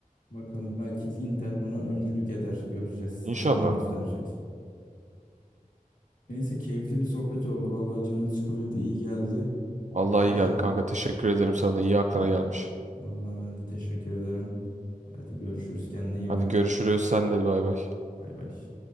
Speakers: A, on the left; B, on the right.
A: Bakalım belki Inter buna öncülük eder. Göreceğiz.
B: İnşallah.
A: Zaman gösterecek. Neyse keyifli bir sohbet oldu. Vallahi canım sıkılıyordu. İyi geldi.
B: Allah
A: Teşekkür.
B: iyi geldi kanka teşekkür ederim sana da iyi aklına
A: Ha,
B: gelmiş.
A: Vallahi ben de teşekkür ederim. Hadi görüşürüz. Kendine iyi
B: Hadi
A: bak.
B: görüşürüz. Sen de bay bay.
A: Bay bay.